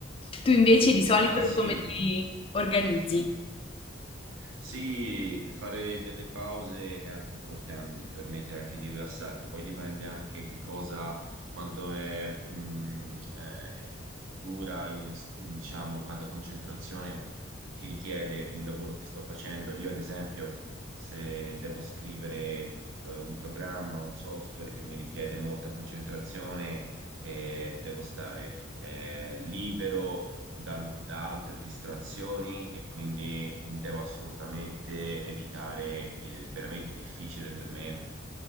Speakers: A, on the left; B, on the right.
A: Tu invece di solito
B: Ah, sì.
A: come ti organizzi?
B: Sì, fare delle pause è anche importante, ci permette anche di rilassarti, poi dipende anche che cosa, quanto è, mh, eh, dura, in- diciamo, quanta concentrazione ti richiede il lavoro che sto facendo. Io, ad esempio, se devo scrivere, eh, un programma, un software che mi richiede molta concentrazione, eh, devo stare eh, libero dal- da altre distrazioni e quindi devo assolutamente evitare, ed è veramente difficile per me,